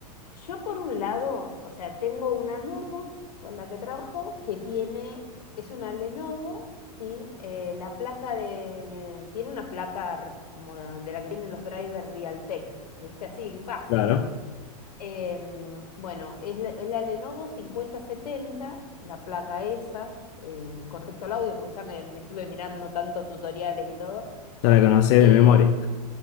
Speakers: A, on the left; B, on the left.
A: yo por un lado, o sea, tengo una Lenovo con la que trabajo que tiene, es una Lenovo, ¿sí? Eh, la placa de, eh, tiene una placa r- como de, de la que tienen los drivers Realtek, ¿viste? Así, básica.
B: Claro,
A: Em, bueno, es la, es la Lenovo 5070, la placa esa, eh, con respecto al audio, porque ya me, me estuve mirando tantos tutoriales y todo.
B: ya la conocés
A: Eh,
B: de memoria.